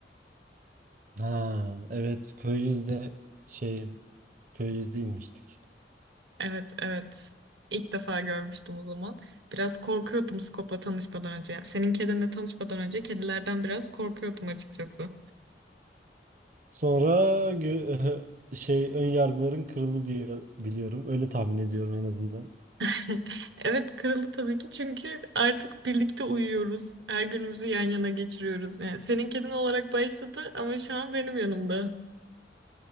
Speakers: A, on the right; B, on the right.
A: Ha evet. Köyüzde şey Köyüzde inmiştik.
B: Evet, evet. İlk defa görmüştüm o zaman. Biraz korkuyordum Skop'la tanışmadan önce. Yani senin kedinle tanışmadan önce kedilerden biraz korkuyordum açıkçası.
A: Sonra gö- <laughs> şey ön yargıların kırıldı diye biliyorum. Öyle tahmin ediyorum en azından.
B: <laughs> Evet, kırıldı tabii ki çünkü artık birlikte uyuyoruz. Her günümüzü yan yana geçiriyoruz. Yani senin kedin olarak başladı ama şu an benim yanımda.